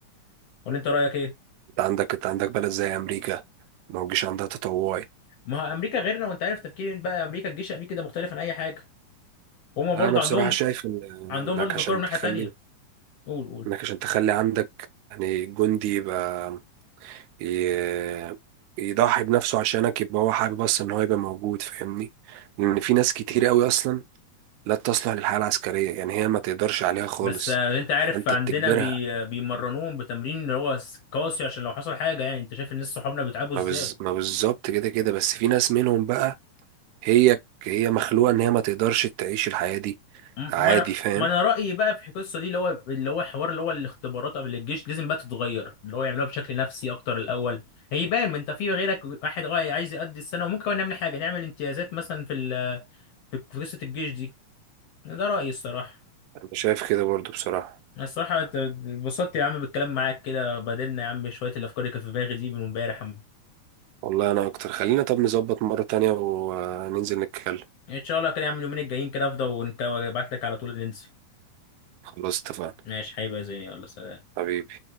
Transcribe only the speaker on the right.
انت عندك انت عندك بلد زي امريكا ما هوجيش عندها تطوعي
لا، انا بصراحه
شايف ان
انك
عشان
تخلي
انك عشان تخلي عندك يعني جندي يبقى ي- يضحي بنفسه عشانك يبقى هو حابب اصلا ان هو يبقى موجود فاهمني لان في ناس كتير قوي اصلا لا تصلح للحياة العسكرية يعني هي ما تقدرش عليها خالص
انت
بتجبرها
ما
بز... ما بالظبط كده كده بس في ناس منهم بقى هي هي مخلوقة ان هي ما تقدرش تعيش الحياة دي
عادي
فاهم
انا شايف كده برضو بصراحة
والله انا اكتر خلينا طب نظبط مرة تانية وننزل نتكلم
خلاص اتفقنا
حبيبي